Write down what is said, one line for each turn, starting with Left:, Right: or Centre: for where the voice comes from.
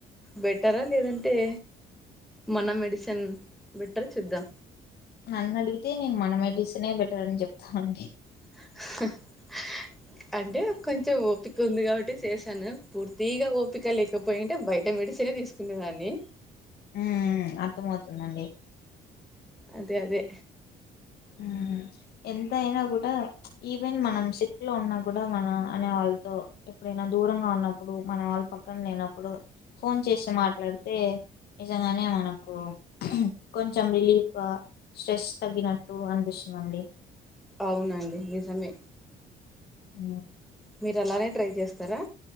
Centre: బెటరా లేదంట్ ఏ మన మెడిసిన్ బెట్టర్ ఆ చూద్దాం
Left: నన్నడిగితే నేను మన మెడిసినే బెటర్ అని చెప్తానండి
Centre: <unintelligible> అంటే కొంచెం ఓపిక ఉంది కాబట్టి చేశాను పూర్తిగా ఓపిక లేకపోయింటే బయట మెడిసినే తీసుకునేదాన్ని
Left: ఉమ్, అర్థమవుతుందండి
Centre: అదే అదే
Left: మ్మ్
Centre: <unintelligible>
Left: ఎంత అయినా కూడా ఈవెన్ మనం సిక్ లో ఉన్నా కూడా మన అనే వాళ్ళతో ఎప్పుడైనా దూరంగా ఉన్నప్పుడు మన వాళ్ పక్కన లేనప్పుడు ఫోన్ చేసి మాట్లాడితే నిజంగానే మనకు కొంచెం రిలీఫ్ స్ట్రెస్ తగ్గిన టూ అనిపిస్తుందండి
Centre: అవునండి నిజమే
Left: అ
Centre: మీరు అలానే ట్రై చేస్తారా